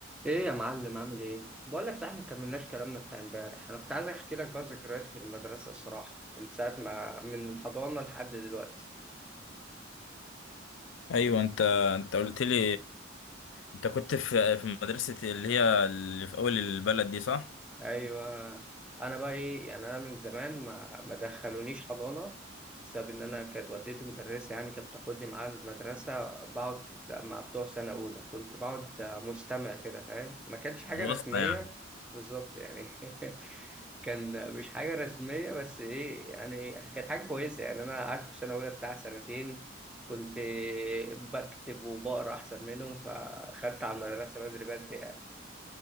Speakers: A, in the centre; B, on the left (about 75°).
A: ايه يا معلم عامل ايه بقول لك صحيح ما كملناش كلامنا بتاع امبارح انا كنت عايز احكي لك بقى ذكريات في المدرسه الصراحه من ساعه ما من الحضانه لحد دلوقتي
B: ايوه انت انت قلت لي انت كنت في في مدرسه اللي هي اللي في اول البلد دي صح
A: ايوه انا بقى ايه يعني انا من زمان ما ما دخلونيش حضانه بسبب ان انا كانت والدتي مدرسه يعني كانت بتاخدني معاها المدرسه بقعد مع بتوع سنه اولى كنت بقعد مستمع كده فاهم ما كانش حاجه
B: وسطى
A: رسميه
B: يعني
A: بالظبط يعني <laughs> كان مش حاجه رسميه بس ايه يعني كانت حاجه كويسه يعني انا قعدت في سنه اولى بتاع سنتين كنت بكتب وبقرا احسن منهم فاخدت على المدرسه بدري بدري يعني